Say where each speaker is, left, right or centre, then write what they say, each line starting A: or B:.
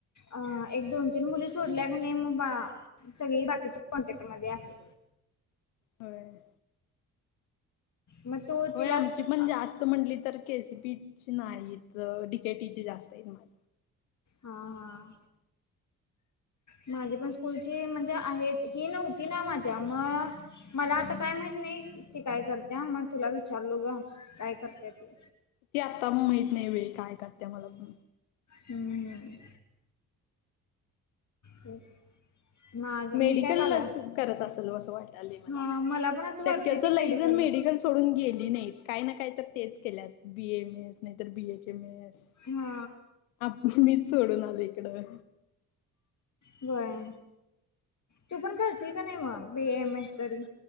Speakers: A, on the left; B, on the left.
A: अ एक दोन-मुली सोडल्या कणी मग बा सगळी बाकीची कॉन्टॅक्ट मध्ये आहेत.
B: होय.
A: मग तो
B: होय
A: तिला
B: आमची पण
A: हा
B: जास्त म्हटली तर के सी पीची नाहीत डि के टीची जास्त आहेत माझ
A: हा हा. माझी पण स्कूलची म्हणजे आहेत ही नव्हती ना माझ्या म मला आता काय माहित नाही ती काय करत्या म तुला विचारलो ग काय करत्या ते
B: ती आत्ता महित नाही बाई काय करत्या मला पण.
A: हम्म हम्म. तेच माझ मी
B: मेडिकललंच
A: काय बाला
B: करत असंल असं वाटालय मला
A: हा पण असं वाटतंय
B: शक्यतो
A: ती मेडिकलला
B: लईजण मेडिकल सोडून गेली नाहीत काय ना काय तर तेच केल्यात बी ए एम एस नाही तर बी एच एम एस
A: हा
B: आपणच सोडून आलोय इकडं
A: व्हय. तू पण करशील कणी मग बी ए एम एस तरी?